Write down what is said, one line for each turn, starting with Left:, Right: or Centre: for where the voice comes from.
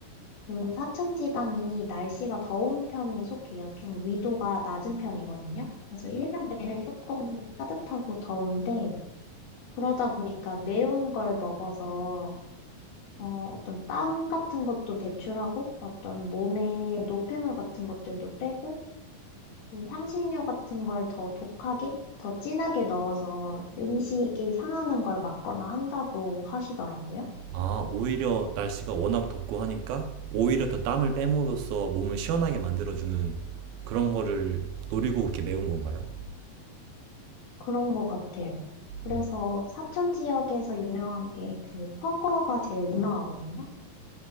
Left: 그 사천 지방이 날씨가 더운 편에 속해요. 좀 위도가 낮은 편이거든요. 그래서 1년 내내 조금 따뜻하고 더운데 그러다 보니까 매운 걸 먹어서 어, 어떤 땀 같은 것도 배출하고 어떤 몸에 노폐물 같은 것들도 빼고 그 향신료 같은 걸 더 독하게, 더 진하게 넣어서 음식이 상하는 걸 막거나 한다고 하시더라고요.
Right: 아, 오히려 날씨가 워낙 덥고 하니까 오히려 더 땀을 빼므로써 몸을 시원하게 만들어주는 그런 거를 노리고 그렇게 매운 건가요?
Left: 그런 것 같아요. 그래서
Right: 음.
Left: 사천 지역에서 유명한 게 그 허거가 제일 유명하거든요.